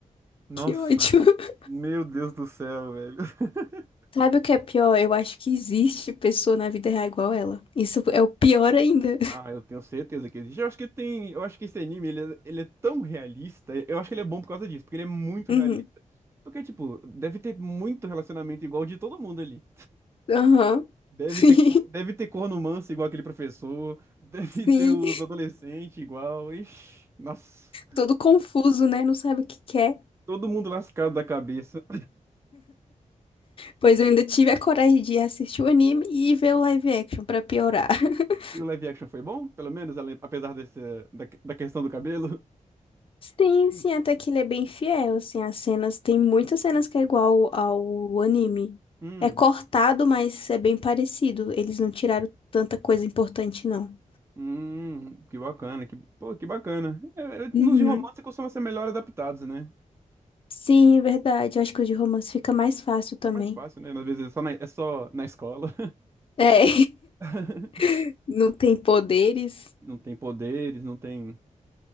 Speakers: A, on the right; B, on the left.
A: Nossa,
B: Que ódio. <laughs>
A: meu Deus do céu, velho. <laughs>
B: Sabe o que é pior? Eu acho que existe pessoa na vida real igual ela. Isso é o pior ainda.
A: Ah, eu tenho certeza que existe. Eu acho que tem, eu acho que esse anime, ele é, ele é tão realista. Eu acho que ele é bom por causa disso, porque ele é muito
B: <laughs> Uhum.
A: realista. Porque, tipo, deve ter muito relacionamento igual de todo mundo ali.
B: Aham.
A: Deve
B: Sim,
A: ter, co- deve
B: <laughs>
A: ter corno manso igual aquele professor, <laughs> deve
B: sim.
A: ter os adolescentes igual. Ixi, nossa,
B: Todo confuso, né? Não sabe o que quer.
A: todo mundo lascado da cabeça.
B: Pois eu ainda tive a coragem de assistir o anime e ver o live action pra piorar. <laughs>
A: E o live action foi bom, pelo menos, ale- apesar desse, da, da questão do cabelo?
B: Sim, sim, até que ele é bem fiel, assim, as cenas, tem muitas cenas que é igual ao anime.
A: Hum,
B: É cortado, mas é bem parecido. Eles não tiraram tanta coisa importante, não.
A: hum, que bacana, que, pô, que bacana. É, é, nos
B: Uhum.
A: de romance costumam ser melhor adaptados, né?
B: Sim, é verdade. Eu Acho que o de romance fica mais fácil também.
A: É mais fácil, né? Às vezes é só na, é só na escola.
B: É,
A: <laughs>
B: <laughs> não tem poderes.
A: Não tem poderes, não tem,